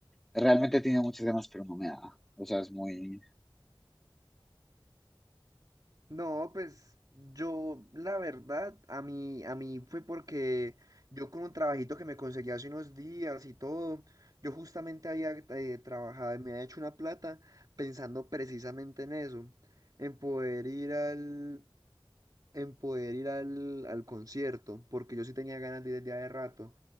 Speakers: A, in the centre; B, on the right.
A: realmente tenía muchas ganas, pero no me da. O sea, es muy,
B: No, pues yo, la verdad, a mí, a mí fue porque yo con un trabajito que me conseguí hace unos días y todo, yo justamente había eh, trabajado y me había hecho una plata pensando precisamente en eso, en poder ir al, en poder ir al, al concierto, porque yo sí tenía ganas de ir desde hace rato,